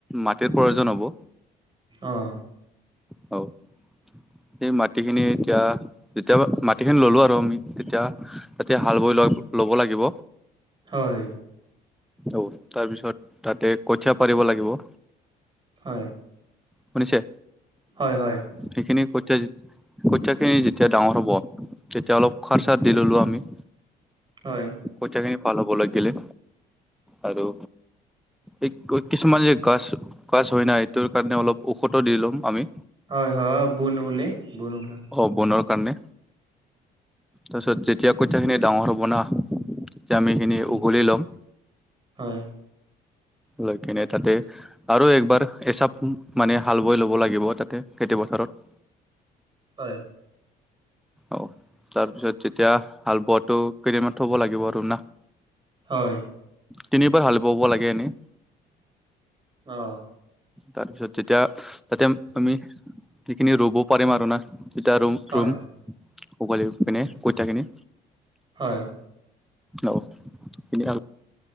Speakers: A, in the centre; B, on the right.
A: মাটিৰ প্ৰয়োজন হ'ব।
B: আহ
A: হ <inaudible> সেই মাটিখিনি এতিয়া, যেতিয়া মাটিখিনি ললো আৰু আমি তেতিয়া তাতে হাল বৈ লোৱা- লব লাগিব।
B: হয়
A: অ তাৰপিছত তাতে কঠীয়া পাৰিব লাগিব।
B: হয়
A: শুনিছে?
B: হয় হয়
A: সেইখিনিয়ে। তেতিয়া কঠীয়াখিনি যেতিয়া ডাঙৰ হ'ব, তেতিয়া অলপ খৰচাৰ দি ল'লোঁ আমি।
B: হয়
A: কঠীয়াখিনি ভাল হ বলৈ গলে। আৰু এই কিছুমান যে গাছ গছ হয় নাই এইটোৰ কাৰণে অলপ ঔষধ দি ল'ম আমি।
B: হয় হয় বোন ওলে বনালো।
A: অ বনৰ কাৰণে তাৰপিছত যেতিয়া কঠয়াখিনি ডাঙৰ হ'ব না। যেমিখিনি
B: উম
A: উঘলি ল'ম।
B: হয়
A: লৈ কিনে তাতে আৰু একবাৰ এচাপ মানে হাল বৈ ল'ব লাগিব তাতে খেতি পথাৰ। পথাৰত।
B: হয়
A: অ তাৰপিছত তেতিয়া হাল বোৱাটো কেইদিনামান থব লাগিব আৰু না।
B: হয়।
A: তিনিবাৰ হাল বাব লাগে এনেই?
B: আহ।
A: তাৰপিছত যেতিয়া তাতে আমি সেইখিনি ৰুব পাৰিম আৰু না। দু
B: হয়
A: ৰুম সকলি কেনে কইতাখিনি।
B: হয়
A: অিন